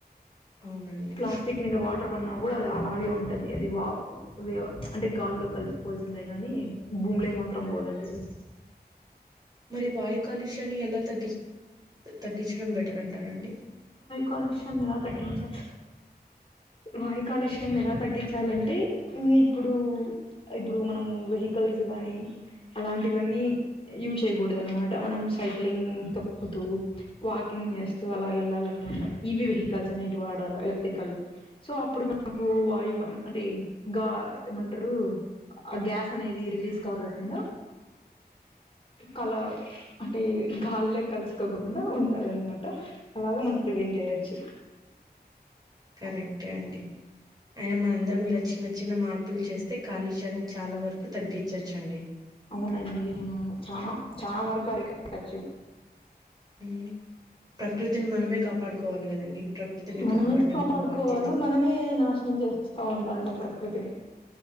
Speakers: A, on the right; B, on the left.
A: అవునండి
B: ప్లాస్టిక్ మీద వాటర్ పన్నా కూడా అది అలాగే ఉంటది అది వా వ్ అంటే గాల్లో కలిసిపోవాల్సిందే కానీ భూమి లోకి మాత్రం పోదండి అది
A: మరి వాయు కాలుష్యాన్ని ఎలా త తగ్గించడం బెటర్ అంటారండి
B: కాల్యూషమ్ ఎలా తగ్గించ వాయు కాలుష్యం ఎలా తగ్గించాలంటే ఇప్పుడు ఇప్పుడు మనం వెహికల్స్ స్ కాని అలాంటివన్నీ చేయకూడదు అనమాట మనం సైక్లింగ్ తొక్కుతూ వాకింగ్ చేస్ అలా వెళ్ళాలిన్నమాట ఈవి వెహికల్స్ అనేవి వాడాలి ఎలక్ట్రికల్ సో అప్పుడు మనకు వాయువ్ అంటే గ ఏమంటారు ఆ గ్యాస్ అనేది రిలీజ్ కాకోకుండా కల అంటే గాల్లే కలుసుకోకుండా ఉంటదన్మా అలాగ మనం ప్రివెంట్ చేయోచ్చు
A: కరెక్టే అండి అయినా మనందరం ఇలా చిన్న చిన్న మార్పులు చేస్తే కాలుష్యాన్ని చాలా వరకు తగ్గించ్ చ్చండి
B: అవునండి అవునవును చనా చాలా వరకు అరికట్టచ్చు
A: మ్ ప్రకృతిని మనమే కాపాడుకోవాలి కదండి ప్రకృతిని
B: మనమైతే
A: కాపాడడం
B: కాపాడుకోవాలో
A: మన బాధ్యత
B: మనమే నాశనం చేస్తా ఉంటంటిమి ప్రకృతిని